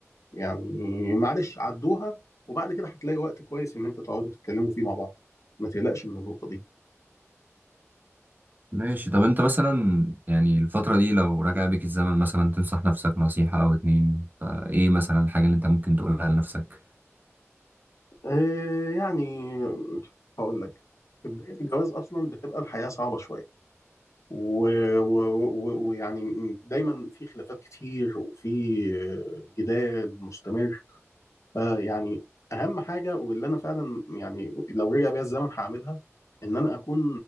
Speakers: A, on the left; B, on the right.
A: يعني معلش عدوها وبعد كده هتلاقي وقت كويس إن أنت تقعدوا تتكلموا فيه مع بعض ما تقلقش من النقطة دي
B: ماشي طب انت مثلا يعني الفترة دي لو رجع بيك الزمن مثلا تنصح نفسك نصيحة او اتنين فايه مثلا الحاجة اللي انت ممكن تقولها لنفسك
A: آه، يعني هقول لك في بداية الجواز أصلا بتبقى الحياة صعبة شوية و- و- و- ويعني دايما في خلافات كتير وفي جدال مستمر فيعني اهم حاجه واللي انا فعلا يعني لو رجع بيا الزمن هعملها ان انا اكون